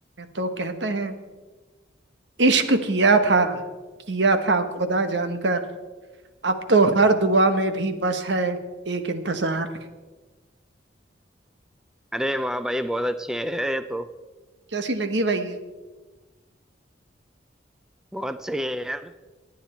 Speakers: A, on the right (about 70°); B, in the centre.
A: तो कहते हैं इश्क किया था किया था खुदा जानकर अब तो हर दुआ में भी बस है एक इंतजार
B: अरे वाह भाई बहुत अच्छे है ये तो
A: कैसी लगी भाई ये
B: बहुत सही है यार